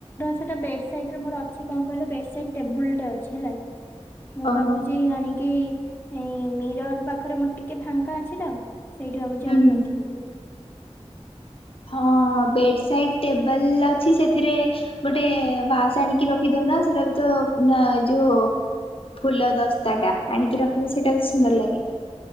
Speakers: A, on the left; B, on the left.
A: ସେଇଟା ବେଡ୍ ସାଇଟ୍ ରେ ମୋର ଅଛି କଣ କହିଲ ବେଡ୍ ସାଇଟ୍ ଟେବୁଲ ଟେ ଅଛି ହେଲା କି। ମୁଁ
B: ଓହୋ
A: ଭାବୁଛି ଆଣିକି ଆଣି କି ମିରର୍ ପାଖରେ ମୋର ଟିକେ ଫାଙ୍କା ଅଛି ତ ସେଇଠି ଭାବୁଛି
B: ହୁଁ
A: ଆଣିକି
B: ହୁଁ।
A: ରଖିଦେବି ବୋଲି।
B: ହଁ ବେଡ୍ ସାଇଟ୍ ଟେବଲ ଅଛି ସେଥିରେ ଗୋଟେ ଭାସ୍ ଆଣିକି ରଖି ଦଉନ ସେଟା ବି ତ ଯୋଉ ଫୁଲ ଦସ୍ ତାଟା ଆଣିକି ରଖିଲେ ସେଇଟା ବି ସୁନ୍ଦର ଲାଗେ।